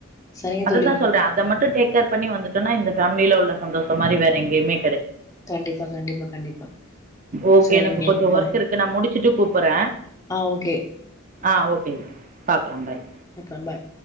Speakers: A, on the left (about 15°); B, on the right (about 35°).
A: சரிங்க
B: அதுதா
A: தோழி.
B: சொல்ற அத மட்டு டேக்கேர் பண்ணி வந்துட்டோன்னா இந்த பேமிலில உள்ள சந்தோசமாறி வேற எங்கையுமே
A: கண்டிப்பா கண்டிப்பா கண்டிப்பா
B: ஓகே
A: சரிங்க
B: எனக்கு
A: தோழி.
B: கொஞ்சோ வெர்க்
A: பாய்.
B: இருக்கு நா முடிச்சுட்டு கூப்புட்ற
A: ஆ ஓகே.
B: ஆ ஓகே பாக்கலா பாய்
A: பாக்கலா பாய்